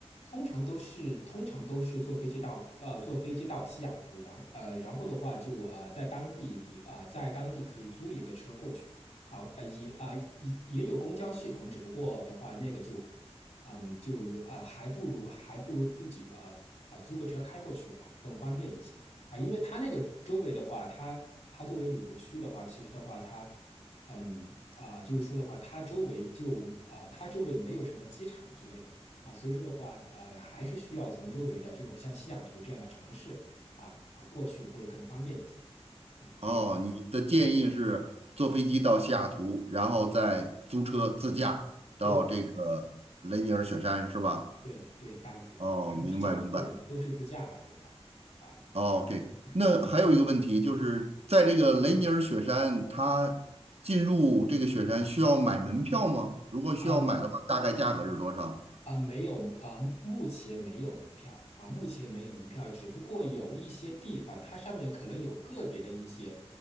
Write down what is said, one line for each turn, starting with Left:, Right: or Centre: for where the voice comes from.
Left: 通常都是通常都是坐飞机到呃坐飞机到西雅图，然呃然后的话就呃在当地里呃在当地可以租一个车过去啊啊、也啊、也也有公交系统，只不过的话那个就嗯就有啊，还不如还不如自己呃啊、租个车开过去啊更方便一些啊、因为它那个周围的话，它它作为旅游区的话，其实的话它。嗯啊、就是说的话，它周围就啊、它周围没有什么机场之类的啊，所以说的话，呃，还是需要从周围的这种像西雅图这样的城市啊啊过去会更方便一些。嗯，
Right: 哦，
Left: 这个
Right: 你的建议是坐飞机到西雅图，然后再租车自驾到这个雷尼尔雪山，
Left: 对对
Right: 是吧？
Left: 对对，百百分之九十的人都是自驾吧，
Right: 哦，明白明白。
Left: 应该啊，
Right: 哦 OK，
Left: 那应该。
Right: 那还有一个问题就是，在这个雷尼尔雪山，它进入这个雪山需要买门票吗？如果需要买的话，
Left: 啊。
Right: 大概价格是多少？
Left: 啊，没有啊，目前没有门票啊，目前没有门票，只不过有一些地方，它上面可能有个别的一些，